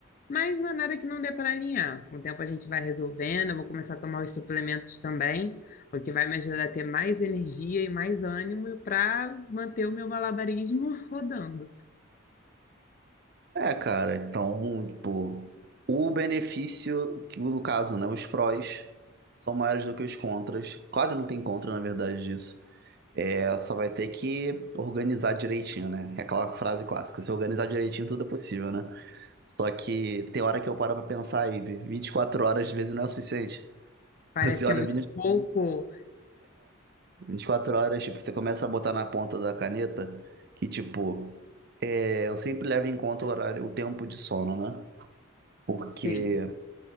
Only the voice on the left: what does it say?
Mas não é nada que não dê para alinhar. Com o tempo a gente vai resolvendo, eu vou começar a tomar os suplementos também, o que vai me ajudar a ter mais energia e mais ânimo para manter o meu malabarismo <laughs> rodando.
Parece
que
é muito pouco,
sim,